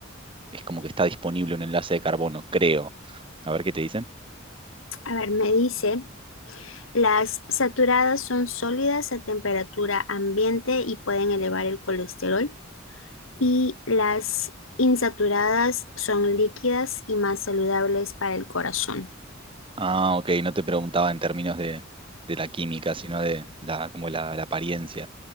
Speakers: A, on the right (about 25°); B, on the left (about 80°).
A: es como que está disponible un enlace de carbono, creo. A ver qué te dicen.
B: A ver, me dice, las saturadas son sólidas a temperatura ambiente y pueden elevar el colesterol. y las insaturadas son líquidas y más saludables para el corazón.
A: Ah, ok, no te preguntaba en términos de, de la química, sino de la, como la, la apariencia.